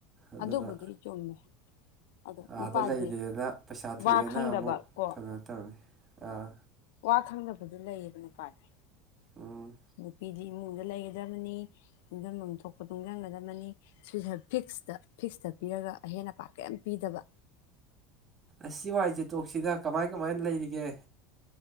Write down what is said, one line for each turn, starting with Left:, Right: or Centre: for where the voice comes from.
Right: ꯑꯗꯨꯅ
Left: ꯑꯗꯨꯕꯨꯗꯤ ꯆꯨꯝꯃꯦ ꯑꯗꯣ ꯅꯨꯄꯥꯁꯦ
Right: ꯑꯥꯗ ꯂꯩꯔꯦꯅ ꯄꯩꯁꯥ ꯊꯣꯛꯑꯦꯅ
Left: ꯋꯥ ꯈꯪꯗꯕ
Right: ꯑꯃꯨꯛ
Left: ꯀꯣ
Right: ꯀꯩꯅꯣ ꯇꯧꯅꯤ ꯑꯥ
Left: ꯋꯥ ꯊꯪꯅꯕꯗꯨ ꯂꯩꯌꯦꯕ ꯅꯨꯄꯥꯅꯤ
Right: ꯎꯝ
Left: ꯅꯨꯄꯤꯗꯤ ꯏꯃꯨꯡꯗ ꯂꯩꯒꯗꯕꯅꯤ ꯇꯨꯡꯖꯐꯝ ꯊꯣꯛꯄ ꯇꯨꯡꯁꯤꯟꯒꯗꯕꯅꯤ ꯁꯤ ꯐꯤꯛꯁꯇ ꯐꯤꯛꯁꯇ ꯄꯤꯔꯒ ꯑꯍꯦꯟ ꯑꯄꯥ ꯀꯔꯤꯝ ꯄꯤꯗꯕ
Right: ꯑꯁꯤ ꯋꯥꯏꯖꯦꯇꯣꯛꯁꯤꯗ ꯀꯃꯥꯏ ꯀꯃꯥꯏꯅ ꯂꯩꯔꯤꯒꯦ